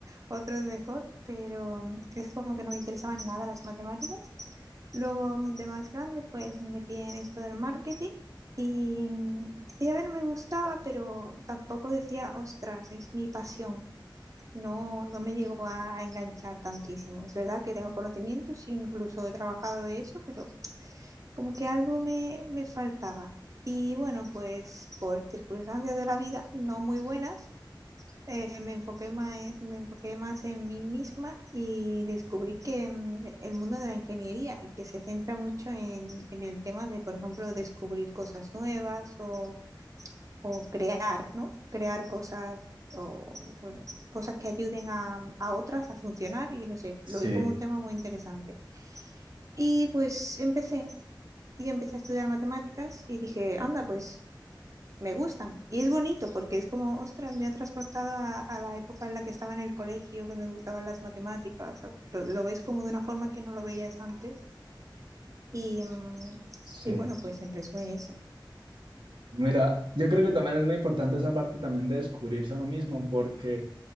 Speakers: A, on the right; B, on the right.
A: otros mejor, pero es como que no me interesaban nada las matemáticas. Luego mm, de más grande, pues me metí en esto del marketing y, mm, y, a ver, me gustaba, pero tampoco decía, ostras, es mi pasión. No, no me llegó a, a enganchar tantísimo. Es verdad que tengo conocimientos, incluso he trabajado de eso, pero como que algo me, me faltaba. Y bueno, pues por circunstancias de la vida no muy buenas, eh, me enfoqué más, me enfoqué más en mí misma y descubrí que mm, el mundo de la ingeniería y que se centra mucho en, en el tema de, por ejemplo, descubrir cosas nuevas o, o crear, ¿no? Crear cosas o, bueno, cosas que ayuden a, mm, a otras a funcionar y no sé,
B: Sí,
A: lo vi como un tema muy interesante. Y pues empecé y empecé a estudiar matemáticas y dije, anda, pues me gustan. Y es bonito porque es como, ostras, me ha transportado a, a la época en la que estaba en el colegio, que me gustaban las matemáticas. ¿sabes? Lo, lo ves como de una forma que no lo veías antes. Y, mm,
B: sí.
A: y bueno, pues en resumen eso.
B: Mira, yo creo que también es muy importante esa parte también de descubrirse a uno mismo, porque